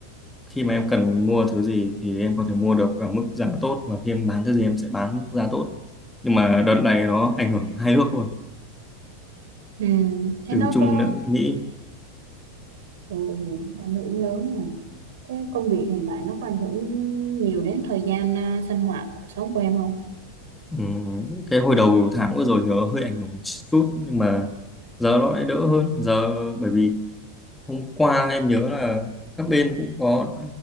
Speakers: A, in the centre; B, on the right.
A: khi mà em cần mua thứ gì thì em có thể mua được ở mức giá tốt và khi em bán thứ gì em sẽ bán mức giá tốt nhưng mà đợt này nó ảnh hưởng hai nước luôn
B: Ừm, thế
A: từ
B: nó
A: Trung
B: có
A: lẫn Mỹ
B: ừ, ảnh hưởng lớn nhỉ? Thế công việc hiện tại nó có ảnh hưởng nhiều đến thời gian à, sinh hoạt cuộc sống của em không?
A: Ừ, cái hồi đầu tháng vừa rồi thì nó hơi ảnh hưởng một chút nhưng mà giờ nó lại đỡ hơn giờ bởi vì hôm qua em nhớ là các bên cũng có